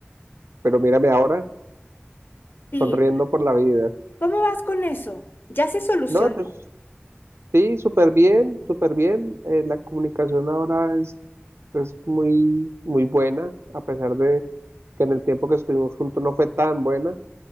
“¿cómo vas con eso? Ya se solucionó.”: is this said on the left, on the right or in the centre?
Left